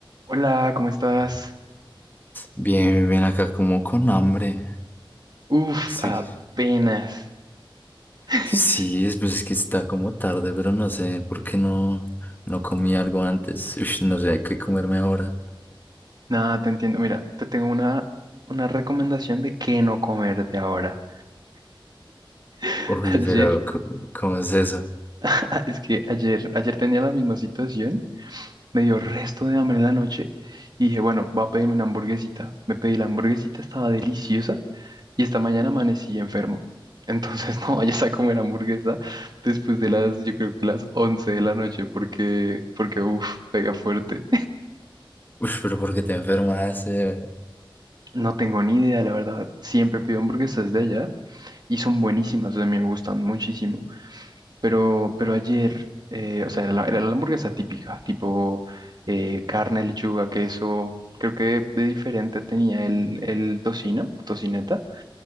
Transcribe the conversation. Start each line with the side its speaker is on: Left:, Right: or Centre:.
Right: Hola, ¿cómo estás?
Left: Bien, bien, bien, acá como con hambre.
Right: Uf,
Left: Sí.
Right: apenas. <laughs>
Left: Sí, es- pues es que está como tarde, pero no sé por qué no, no comí algo antes. Ush, no sé qué comerme ahora.
Right: Nada, te entiendo. Mira, te tengo una, una recomendación de qué no comer de ahora. <laughs>
Left: Uy,
Right: Ayer,
Left: pero co- ¿cómo es eso?
Right: <laughs> es que ayer, ayer tenía la misma situación, me dio resto de hambre en la noche y dije, bueno, voy a pedirme una hamburguesita. Me pedí la hamburguesita, estaba deliciosa y esta mañana amanecí enfermo. Entonces <laughs> no vayas a comer hamburguesa después de las, yo creo que las 11 de la noche porque, porque, uf, pega fuerte.
Left: Uy, pero ¿por qué te enfermaste?
Right: No tengo ni idea, la verdad. Siempre pido hamburguesas de allá y son buenísimas, o sea, me gustan muchísimo. Pero, pero ayer, eh, o sea, era la, era la hamburguesa típica, tipo eh, carne, lechuga, queso. Creo que de diferente tenía el, el tocino, tocineta,